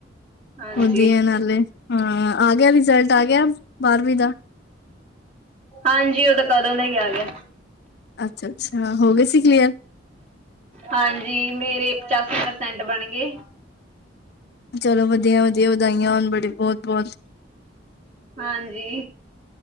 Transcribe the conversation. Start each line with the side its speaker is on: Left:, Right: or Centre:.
Right: ਹਾਂਜੀ
Left: ਵਧੀਆ ਨਾਲੇ, ਹਾਂ ਆ ਗਿਆ ਰਿਜਲਟ ਆ ਗਿਆ ਬਾਰਵੀਂ ਦਾ?
Right: ਹਾਂਜੀ ਉਹ ਤਾਂ ਕਦੋਂ ਦਾ ਹੀ ਆ ਗਿਆ।
Left: ਅੱਛਾ-ਅੱਛਾ ਹੋ ਗਏ ਸੀ ਕਲੀਅਰ?
Right: ਹਾਂਜੀ ਮੇਰੇ ਚਾ ਪ੍ਰਸੈਂਟ ਬਣ ਗਏ
Left: ਚਲੋ, ਵਧੀਆ, ਵਧੀਆ, ਵਧਾਈਆਂ ਹੁਣ ਬੜੇ, ਬਹੁਤ ਬਹੁਤ।
Right: ਹਾਂਜੀ,